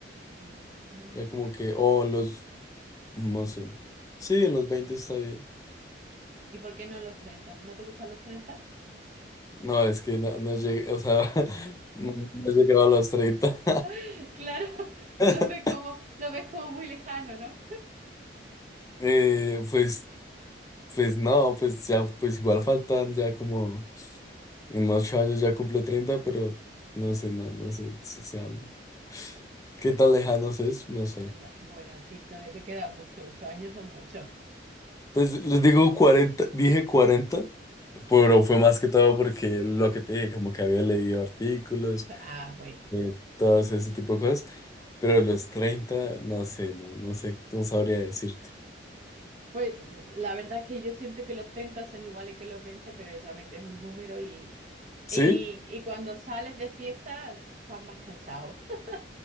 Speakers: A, on the right; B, on the left.
A: Mm.
B: Ya como que, o en los, no sé. Sí, en los veinte está bien.
A: ¿Y por qué no los treinta? ¿No te gustan los 30?
B: No, es que no, no llegué, o sea, <laughs> no, no he a los treinta
A: <laughs> Claro, <laughs>
B: <laughs>
A: los ves como, los ves como muy lejano, ¿no?
B: Eh, pues, pues no, pues ya, pues igual faltan ya como, en 8 años ya cumplo treinta pero no sé, no, no sé si sean, qué tan lejanos es, no sé.
A: No, bueno, sí, todavía te quedan muchos, ocho años son muchos.
B: Pues les digo cuarenta dije cuarenta Pero fue más que todo porque lo que te dije, como que había leído artículos,
A: Ah, bueno.
B: eh, todos ese tipo de cosas, pero los 30 no sé, no, no sé, no sabría decirte.
A: Pues la verdad es que yo siento que los 30 son iguales que los 20, pero solamente es un número y,
B: ¿Sí?
A: y, y cuando sales de fiesta estás más cansado. <laughs>